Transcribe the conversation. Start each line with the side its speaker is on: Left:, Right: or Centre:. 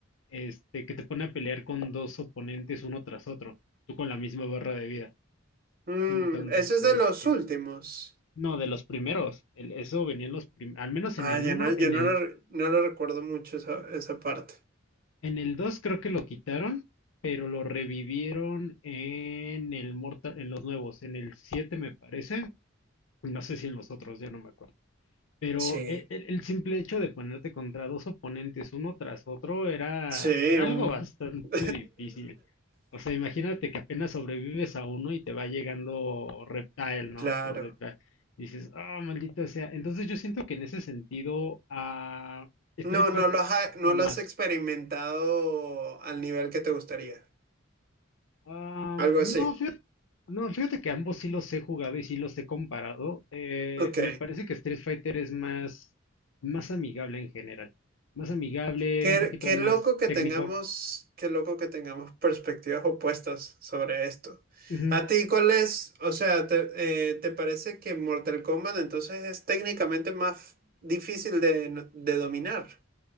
Left: este, que te pone a pelear con dos oponentes uno tras otro, tú con la misma barra de vida.
Right: Mm,
Left: Entonces,
Right: eso es de
Left: este,
Right: los últimos.
Left: no, de los primeros, el- eso venía en los prim- al menos
Right: Ah,
Left: en el
Right: yo
Left: uno
Right: no, yo
Left: en
Right: no
Left: el
Right: lo, re- no lo recuerdo mucho esa, esa parte.
Left: En el dos creo que lo quitaron, pero lo revivieron en el Mortal, en los nuevos, en el 7 me parece, no sé si en los otros, ya no me acuerdo. Pero
Right: Sí,
Left: e- e- el, simple hecho de ponerte contra dos oponentes uno tras otro era,
Right: sí,
Left: era
Right: un...
Left: algo bastante
Right: <laughs>
Left: difícil. O sea, imagínate que apenas sobrevives a uno y te va llegando Reptile, ¿no?
Right: Claro.
Left: Por detrás. Dices, ah, maldito sea. Entonces yo siento que en ese sentido, a Street
Right: No,
Left: Fighter
Right: no lo has,
Left: es un poquito
Right: no lo
Left: más.
Right: has experimentado al nivel que te gustaría.
Left: Am,
Right: Algo
Left: no,
Right: así.
Left: fíjate, no, fíjate que ambos sí los he jugado y sí los he comparado. Eh,
Right: Ok.
Left: me parece que Street Fighter es más, más amigable en general. Más amigable,
Right: Qué,
Left: un poquito
Right: qué
Left: más
Right: loco que
Left: técnico.
Right: tengamos, qué loco que tengamos perspectivas opuestas sobre esto.
Left: Ujú.
Right: ¿A ti cuál es? O sea, te, eh, ¿te parece que Mortal Kombat entonces es técnicamente más difícil de, no- de dominar?